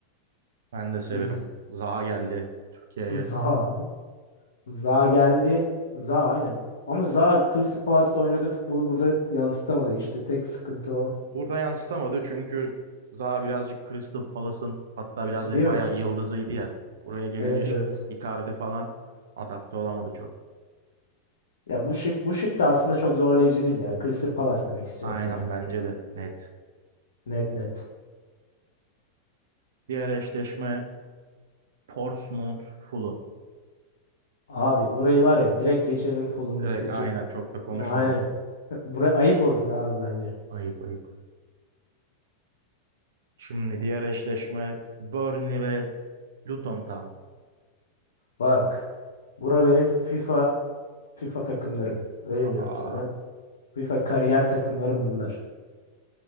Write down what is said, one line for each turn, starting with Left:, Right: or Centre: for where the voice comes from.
Right: ben de severim.
Left: İyi bir takım.
Right: Zaha geldi Türkiye'ye.
Left: <laughs> Zaha. Zaha geldi. Zaha aynen. Ama Zaha Crystal Palace'ta oynadığı futbolu burada yansıtamadı işte. Tek sıkıntı o.
Right: Burada yansıtamadı çünkü Zaha birazcık Crystal Palace'ın hatta biraz
Left: Değil
Right: da bayağı
Left: mi?
Right: yıldızıydı ya. Oraya gelince
Left: Evet
Right: şu
Left: evet.
Right: Icardi falan adapte olamadı çok.
Left: Ya bu şık bu şık da aslında çok zorlayıcı değil ya. Crystal Palace demek istiyorum
Right: Aynen
Left: buraya da.
Right: bence de net.
Left: Net net.
Right: Diğer eşleşme Portsmouth Fulham.
Left: Abi burayı var ya direkt geçelim full'umu
Right: Direkt
Left: seçip.
Right: aynen çok da konuşmayalım.
Left: Aynen. Buraya ayıp olur abi bence.
Right: Ayıp ayıp. Şimdi diğer eşleşme Burnley ve Luton Town.
Left: Bak. Bura benim FIFA FIFA takımlarım. Öyle
Right: Aa,
Left: diyorum sana. FIFA kariyer takımlarım bunlar.